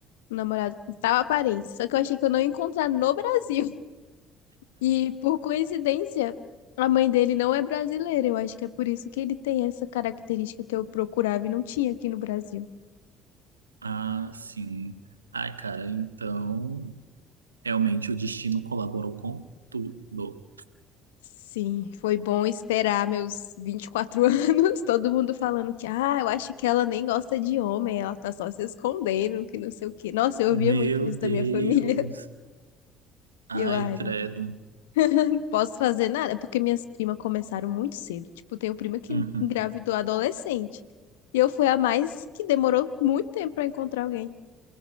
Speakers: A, on the left; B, on the right.
A: um namorado com tal aparência. Só que eu achei que eu não ia encontrar no Brasil. <laughs> E por coincidência, a mãe dele não é brasileira. Eu acho que é por isso que ele tem essa característica que eu procurava e não tinha aqui no Brasil.
B: Ah, sim. Ai, cara, então realmente o destino colaborou com tudo.
A: Sim, foi bom esperar meus 24 <laughs> anos, todo mundo falando que, ah, eu acho que ela nem gosta de homem, ela tá só se escondendo, que não sei o quê. Nossa, eu
B: Meu
A: ouvia muito isso
B: Deus.
A: da minha família. <laughs>
B: Ai,
A: E eu, ai,
B: credo.
A: não posso fazer nada, É porque minhas primas começaram muito cedo. Tipo, tenho prima que
B: Uhum.
A: engravidou adolescente. E eu fui a mais que demorou muito tempo pra encontrar alguém.